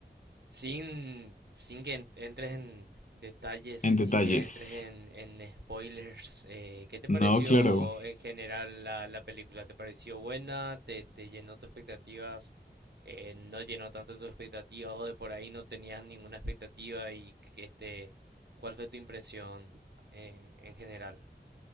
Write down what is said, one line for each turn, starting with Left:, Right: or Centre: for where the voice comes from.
Right: Sin, sin que en- entres en detalles
Left: en
Right: y
Left: detalles.
Right: sin que entres en, en spoilers, eh, ¿qué te
Left: No,
Right: pareció
Left: claro.
Right: en general la, la película? ¿Te pareció buena? ¿Te, te llenó tus expectativas? Eh, ¿no llenó tanto tus expectativas o de por ahí no tenías ninguna expectativa? Y que este, ¿cuál fue tu impresión eh, en general?